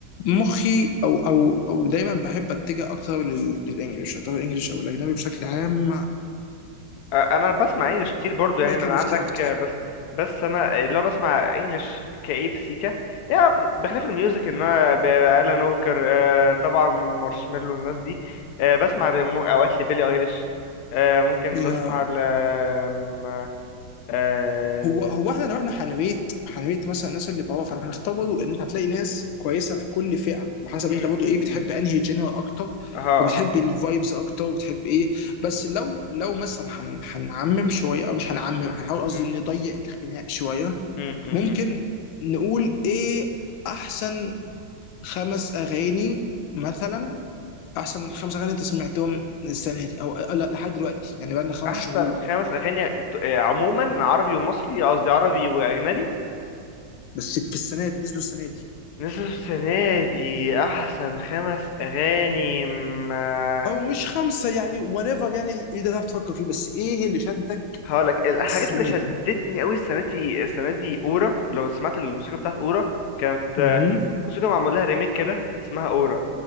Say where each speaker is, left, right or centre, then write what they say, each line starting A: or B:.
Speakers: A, on the left (about 85°); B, on the left (about 65°).
A: مخي او او او دايما بحب اتجه اكتر لل- للانجليش اعتبر الانجليش او الاجنبي بشكل عام
B: آه، انا بسمع انجلش كتير برضو
A: ماي
B: يعني من
A: كاب
B: عندك
A: اوف تي اكتر
B: آه، بس بس انا اللي هو بسمع انجلش كئيب سيكا يعني ب- بخلاف الميوزك ان انا ب- الان ووكر آه، طبعا مارشميلو الناس دي آه، بسمع ل- مو- اوقات لبيلي ايليش آه، ممكن
A: يا
B: بسمع ل آم، آه،
A: هو هو احنا لو احنا هنريت هنريت مثلا الناس اللي بره فاحنا هنختار برضه ان انت هتلاقي ناس كويسه في كل فئه وحسب
B: م-
A: انت برضه
B: م-
A: ايه بتحب
B: م.
A: انهي جنرال اكتر
B: اها
A: وبتحب
B: اها
A: الفايبز اكتر وبتحب ايه بس لو لو مثلا هن- هنعمم شويه او مش هنعمم هنحاول قصدي
B: م-
A: نضيق الخناق شويه
B: م- م-
A: ممكن
B: م.
A: نقول ايه احسن خمس اغاني مثلا احسن خمس اغاني انت سمعتهم السنه دي او أو لا لحد دلوقتي يعني بقالنا خمس
B: احسن
A: شهور
B: خمس اغاني ت- آه، عموما عربي ومصري قصدي عربي واجنبي
A: بس في السنه دي نزلوا السنه دي
B: نزل السنة دي أحسن خمس أغاني ما
A: او مش خمسه يعني whatever يعني ايه ده تعرف تفكر فيه بس ايه اللي شدك
B: هقولك الحاجات
A: السنه
B: اللي شدتني
A: دي؟
B: أوي السنة دي السنة دي أورا لو سمعت الموسيقى بتاعت أورا كانت
A: اها
B: آه، موسيقى معمول لها ريميك كده اسمها أورا